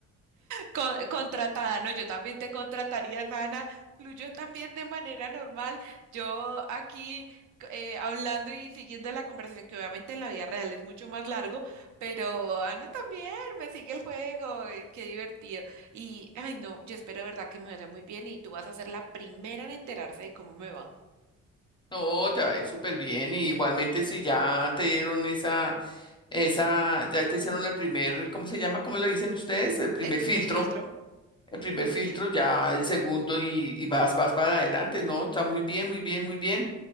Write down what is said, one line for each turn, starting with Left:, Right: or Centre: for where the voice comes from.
Right: Con- contratada, no, yo también te contrataría, Dana. Fluyó también de manera normal. Yo aquí eh, hablando y siguiendo la conversación, que obviamente en la vida real es mucho más largo, pero Ana también me sigue el juego. eh, Qué divertido. Y, ay, no, yo espero de verdad que me vaya muy bien y tú vas a ser la primera en enterarse de cómo me va.
Left: No, te va a ir súper bien. Y igualmente si ya te dieron esa Esa, ya te hicieron el primer, ¿cómo se llama? ¿Cómo le dicen ustedes? El primer
Right: El primer
Left: filtro.
Right: filtro.
Left: El primer filtro, ya el segundo y, y vas, vas para adelante, ¿no? Está muy bien, muy bien, muy bien.